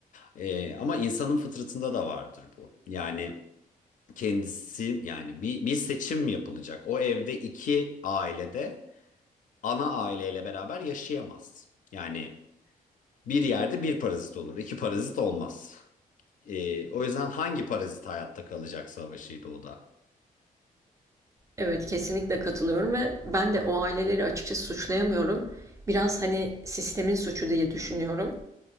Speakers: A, on the left (about 60°); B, on the right (about 20°).
A: Ee, ama insanın fıtratında da vardır bu. Yani kendisi yani bir, bir seçim yapılacak. O evde iki ailede ana aileyle beraber yaşayamaz. Yani bir yerde bir parazit olur, iki parazit olmaz. Ee, o yüzden hangi parazit hayatta kalacak savaşıydı o da.
B: Evet kesinlikle katılıyorum ve ben de o aileleri açıkçası suçlayamıyorum. Biraz hani sistemin suçu diye düşünüyorum.